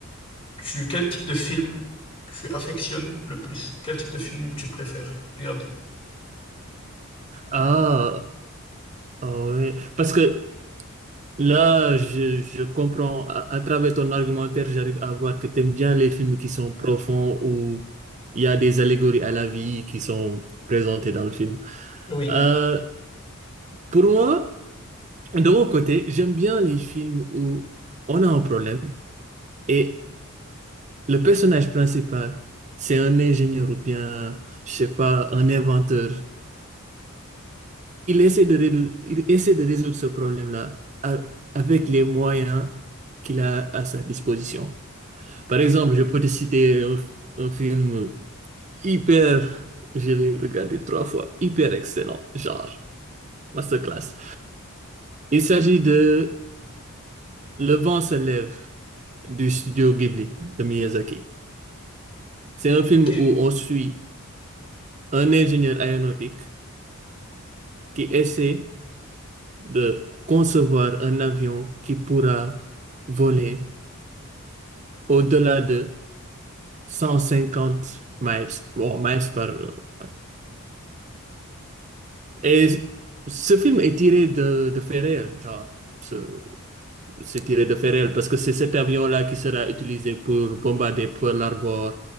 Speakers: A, on the left (about 25°); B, on the right (about 35°).
A: tu, quel type de film tu affectionnes le plus? Quel type de film tu préfères regarder?
B: Ah, ah ouais. Parce que là, je, je comprends, à, à travers ton argumentaire, j'arrive à voir que tu aimes bien les films qui sont profonds, où il y a des allégories à la vie qui sont présentées dans le film.
A: Oui.
B: Euh, pour moi, De mon côté, j'aime bien les films où on a un problème et le personnage principal, c'est un ingénieur ou bien, je sais pas, un inventeur. Il essaie de résoudre, il essaie de résoudre ce problème-là a- avec les moyens qu'il a à sa disposition. Par exemple, je peux te citer un, un film hyper, je l'ai regardé trois fois, hyper excellent, genre masterclass. Il s'agit de Le vent se lève. du studio Ghibli de Miyazaki. C'est un film
A: Ok,
B: où on suit un ingénieur aéronautique qui essaie de concevoir un avion qui pourra voler au-delà de 150 miles, bon, miles par... ouais. Et ce film est tiré de, de faits réels, genre, ce- C'est tiré de Ferrel parce que c'est cet avion-là qui sera utilisé pour bombarder Pearl Harbor